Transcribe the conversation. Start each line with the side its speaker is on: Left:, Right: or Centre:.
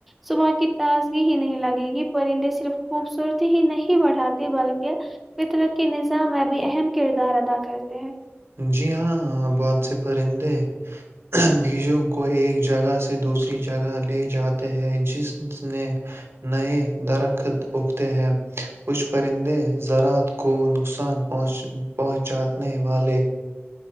Centre: صبح کی تازگی ہی نہیں لگے گی پرندے صرف خوبصورتی ہی نہیں بڑھاتے بلکہ فطرت کے نظام میں بھی اہم کردار ادا کرتے ہیں
Right: جی ہاں بہت سے پرندے بیجوں کو ایک جگہ سے دوسری جگہ لے جاتے ہیں جس نے نئے درخت اگتے ہیں کچھ پرندے زراعت کو نقصان پہنچ پہنچے والے